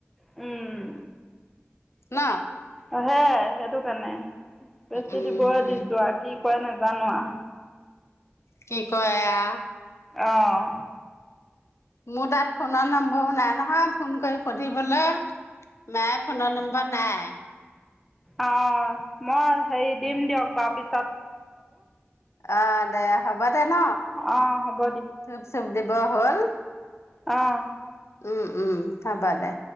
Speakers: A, in the centre; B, on the left (about 80°).
A: উম।
B: ন?
A: অ', সেয়াই, সেইটো কাৰণে। বেছি
B: উম
A: দিবই দিছো আও কি কৰে নাজানো আও।
B: কি কয় এয়া?
A: অঁ
B: মোৰ তাত ফোনৰ নম্বৰো নাই নহয় ফোন কৰি সুধিবলে! মাই ফোনৰ নম্বৰ নাই।
A: অ' মই হেৰি দিম দিয়ক বাৰু পিছ
B: অ' দে হ'ব দে ন?
A: অঁ হ'ব
B: চুপ-চুপ দিব। হ'ল।
A: অহ
B: উম-উম হ'ব দে।